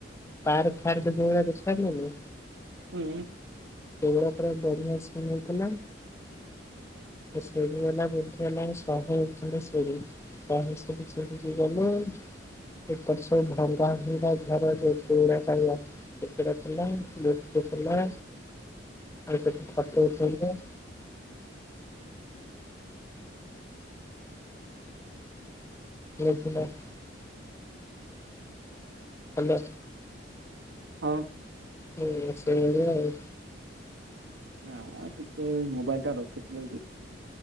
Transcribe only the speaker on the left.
ପାର୍ ଫାର୍ଦ ଜୋଡ଼ ତ ଖରିଲ <unintelligible>
ସେଗୁଡା ପରା ବଢିଆ ଶୁଣେଇଥିଲା। ସେ ସିଡ଼ି ହେଲା ବୋଧେ ହେଲାଣି ଶହେ ଖଣ୍ଡେ ସିଡ଼ି। ଶହେ ସିଡ଼ି ଚଢ଼ିକି ଗଲୁ। ସେପଟେ ସବୁ ଭଙ୍ଗା ଭଙ୍ଗା ଘର ଯୋଉ ପୁରୁଣାକାଳିଆ। ଥିଲାଥିଲା ଆଠ <unintelligible> ବଥିଲା <unintelligible> ହାଲୋ।
ହୁଁ ସେଇ ଭଳିଆ ଆଉ।